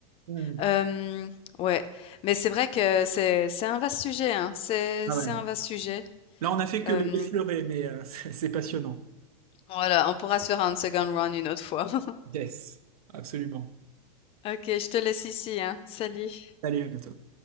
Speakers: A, on the right; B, on the left.
A: Hmm.
B: Hem, ouais, mais c'est vrai que c'est c'est un vaste sujet, hein. C'est
A: Ah
B: c'est
A: ouais.
B: un vaste sujet.
A: Là, on a fait que
B: Hem,
A: l'effleurer, mais euh, <laughs> c'est c'est passionnant.
B: voilà, on pourra se faire un second round une autre fois. <laughs>
A: Yes, absolument.
B: OK, je te laisse ici, hein. Salut.
A: Salut, à bientôt.